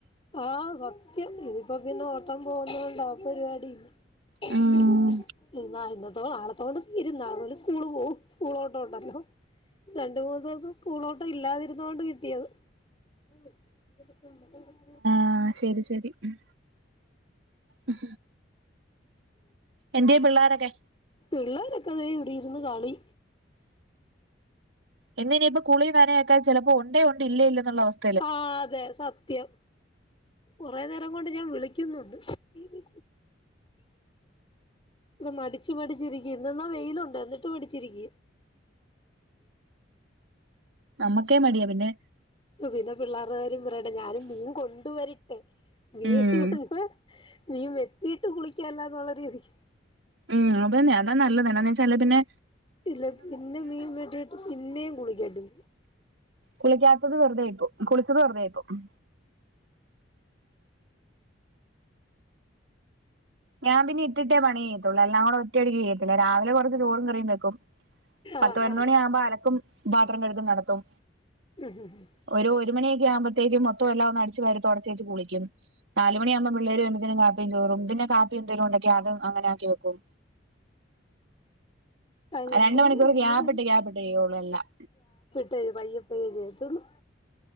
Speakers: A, on the left; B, on the right.
A: ആ സത്യം ഇതിപ്പോ പിന്നെ ഓട്ടം പോകുന്നൊണ്ടാ പരിപാടി ഇല്ല.
B: ഉം
A: <inaudible> ഇന്നാ ഇന്നത്തോടെ നാളത്തോടെ തീരും ന്നാളോമുതൽ സ്കൂൾ പോവും സ്കൂളോട്ടം ഉണ്ടല്ലോ? രണ്ട് മൂന്ന് ദിവസം സ്കൂളോട്ടം ഇല്ലാതിരുന്ന കൊണ്ട് കിട്ടിയത്. <inaudible>
B: ആ ശരി ശരി ഉം ഉം എന്തിയെ പിള്ളാരൊക്കെ?
A: പിള്ളേരൊക്കെതെ ഇവിടെരുന്ന് കളി.
B: ഇന്ന്നിയിപ്പോ കുളിയും നനയൊക്കെ ചിലപ്പോ ഉണ്ടേ ഉണ്ട് ഇല്ലെ ഇല്ലന്നുള്ള അവസ്
A: ആ അതെ സത്യം കൊറെ നേരം കൊണ്ട് ഞാൻ വിളിക്കുന്നുണ്ട് ഇന്ന് മടിച്ചു മടിച്ചിരിക്ക ഇന്ന്ന്നാ വെയിലുണ്ട് എന്നിട്ടും മടിച്ചിരിക്ക.
B: നമ്മുക്കേ മടിയാ പിന്നെ
A: പ്പൊപിന്നെ പിള്ളേരുടെകാര്യം പറയട്ടെ ഞാനും മീൻ കൊണ്ട് വരട്ടെ മീനും
B: ഉം
A: കൊണ്ട് മീൻ വെട്ടിട്ട് കുളിക്കല്ലാന്നുള്ള രീതി-
B: ഹ്മ്മ് അതന്നെ അതാ നല്ലത് എന്താന്നെച്ചാൽ എല്ലത്തിന്റെ
A: ഇല്ല പിന്നെ മീൻ വെട്ടിട്ട് പിന്നെയും കുളിക്കട്ടേ
B: കുളിക്കാത്തത് വെറ്തെ ആയി പോകും. കുളിച്ചത് വെറ്തെ ആയി പോകും ഞാൻ പിന്നെ ഇട്ടിട്ടേ പണി ചെയ്യത്തൊള്ളൂ, എല്ലാം കൂടെ ഒറ്റയടിക്ക് ചെയ്യത്തില്ല. രാവിലെ കൊറച്ച് ചോറും കറിയും ഉണ്ടാക്കും പത്ത്
A: ആഹാ
B: പതിനൊന്ന്മണിയാവുമ്പോ അലക്കും പാത്രം കഴുകൽ നടത്തും.
A: ഹ്മ്മ്
B: ഒരു ഒര് മണിയൊക്കെ ആകുമ്പോത്തേക്കും മൊത്തം എല്ലാം ഒന്ന് അടിച്ചു വാരി തൊടച്ചേച്ച് കുളിക്കും. നാല് മണിയാവുമ്പോ പിള്ളേര് വരുമ്പോത്തിനും കാപ്പീ ചോറും. പിന്നെ കാപ്പി എന്തെലുണ്ടെങ്കി അതും അങ്ങനെ ആക്കി വെക്കും.
A: അതിന്റെ
B: രണ്ട് മണിക്കൂറ്
A: ഇന്ന്
B: ഗ്യാപ്പിട്ട് ഗ്യാപ്പിട്ട് ചെയ്യൊള്ളൂ എല്ലാം
A: ദേ പയ്യേ പയ്യേ ചെയ്യത്തുള്ളൂ